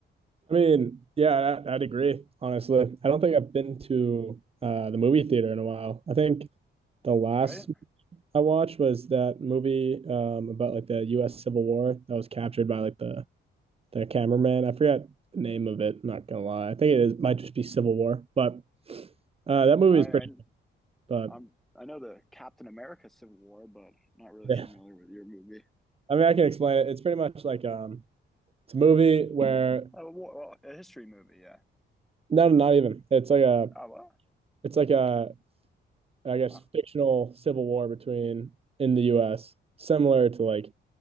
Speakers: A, on the right; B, in the centre.
A: I mean, yeah, I, I'd agree, honestly. I don't think I've been to uh, the movie theater in a while. I think the last
B: All right? I,
A: I watched was that movie um, about like the US Civil War that was captured by like the the cameraman. I forgot the name of it, I'm not gonna lie. I think it is, might just be Civil War, but uh,
B: Mm.
A: that movie
B: I
A: is pretty but
B: I'm I know the Captain America Civil War, but not really
A: <laughs>
B: familiar
A: yeah.
B: with your movie.
A: I mean I can explain it. It's pretty much like um it's a movie where
B: Oh, well, a history movie, yeah.
A: no not even. It's like a
B: Oh, well.
A: it's like a I guess
B: huh.
A: fictional civil war between in the U.S. similar to like